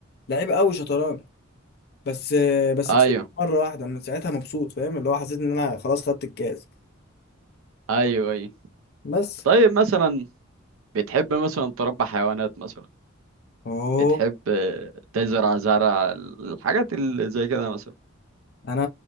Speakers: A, on the left; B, on the right.
A: لعيب قوي شطرنج بس بس
B: أيوه
A: كسبت مره واحده من ساعتها مبسوط فاهم اللي هو حسيت ان انا خلاص خدت الكاس
B: أيوه أيوه
A: بس
B: طيب مثلا بتحب مثلا تربي حيوانات مثلا
A: اوه
B: بتحب تزرع زرع الحاجات اللي زي كده مثلا
A: انا